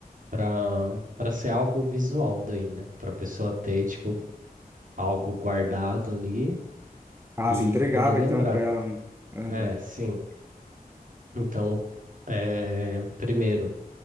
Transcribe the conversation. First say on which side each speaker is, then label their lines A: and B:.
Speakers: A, on the right; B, on the right.
A: para para ser algo visual daí, né? Para a pessoa ter tipo algo guardado ali
B: Ah,
A: e
B: se entregava
A: poder lembrar.
B: então pra ela. um- Aham.
A: É, sim. Então, eh, primeiro